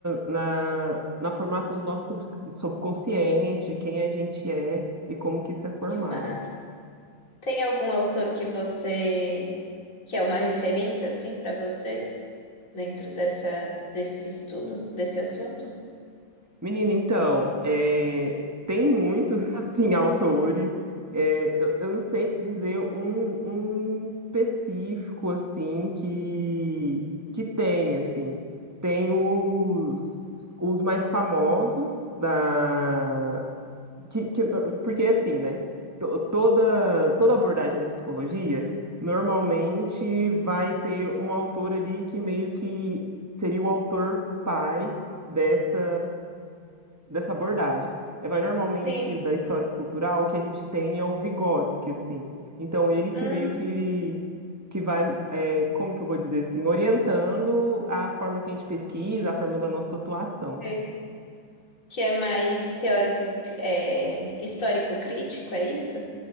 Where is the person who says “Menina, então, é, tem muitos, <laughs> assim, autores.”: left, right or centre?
Right